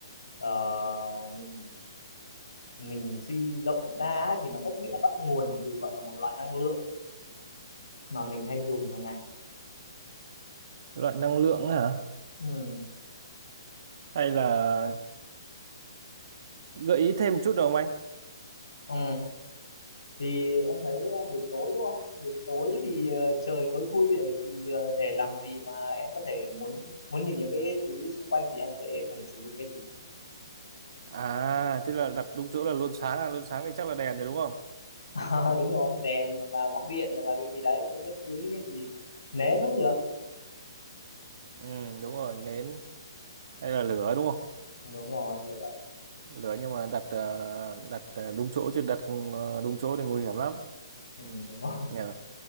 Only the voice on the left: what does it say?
ờ, mình mình suy rộng ra á, thì nó có thể là bắt nguồn từ gọi là một loại năng lượng mà mình hay dùng hàng ngày
ừ.
Ừ. thì em thấy ờ, buổi tối đúng không buổi tối thì ờ, trời tối thui để thì ờ, để làm gì mà em có thể muốn muốn nhìn những cái thứ xung quanh thì em sẽ phải sử dụng cái gì <laughs>
À, đúng rồi đèn hoặc là bóng điện hoặc là cái gì đấy cứ bất cứ những cái gì nến cũng được
đúng rồi lửa
ừ, đúng rồi